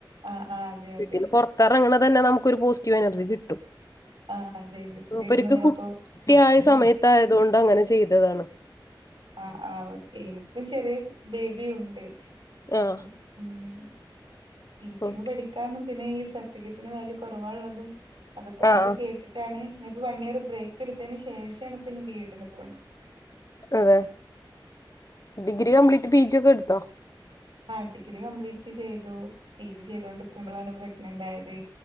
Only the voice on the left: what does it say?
വീട്ടീന്ന് പുറത്തറങ്ങനെ തന്നെ നമുക്ക് ഒരു പോസിറ്റീവ്നർജി കിട്ടും
മൂപ്പര് ക്ക്
കുട്ടിയായ സമയത്തായതോണ്ട് അങ്ങനെ ചെയ്തതാണ്
ആഹ്
ഓക്കെ
ആഹ്
അതെ ഡിഗ്രി കംപ്ലീറ്റ് പിജി ഒക്കെ എടുത്തോ